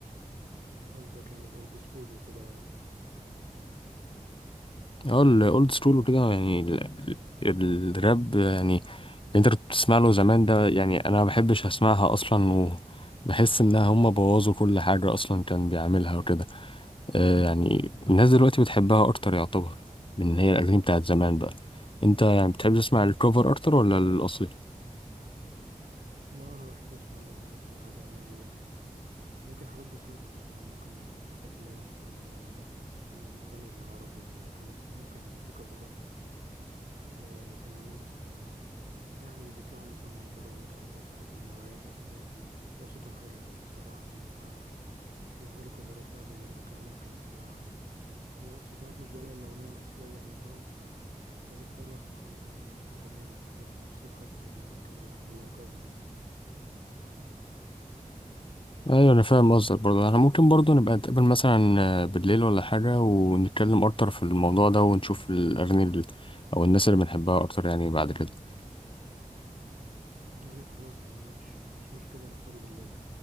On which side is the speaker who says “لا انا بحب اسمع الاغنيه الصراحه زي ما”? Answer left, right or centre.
Right